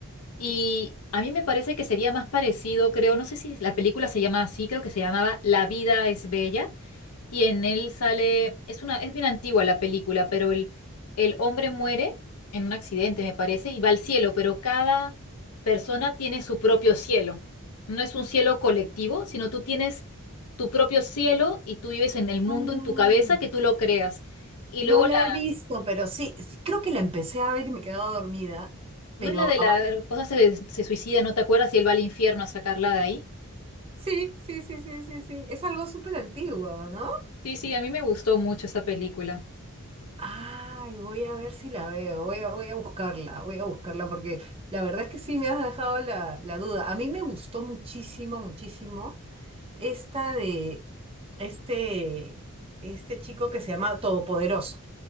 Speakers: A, on the left; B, on the right.
A: Y a mí me parece que sería más parecido, creo, no sé si la película se llama así, creo que se llamaba La vida es bella, y en él sale, es una, es bien antigua la película, pero el, el hombre muere en un accidente, me parece, y va al cielo, pero cada persona tiene su propio cielo. No es un cielo colectivo, sino tú tienes tu propio cielo y tú vives en el mundo,
B: Ay,
A: en tu cabeza, que tú lo creas. Y
B: No
A: luego
B: la
A: la,
B: he visto, pero sí, sí, creo que la empecé a ver y me he quedado dormida,
A: ¿no
B: pero
A: es la de
B: ahora...
A: la esposa se, se suicida, no te acuerdas? Y él va al infierno a sacarla de ahí.
B: Sí, sí, sí, sí, sí, sí. Es algo súper antiguo, ¿no?
A: Sí, sí, a mí me gustó mucho esa película.
B: Ay, voy a ver si la veo, voy a, voy a buscarla, voy a buscarla porque la verdad es que sí me has dejado la, la duda. A mí me gustó muchísimo, muchísimo esta de este, este chico que se llama Todopoderoso.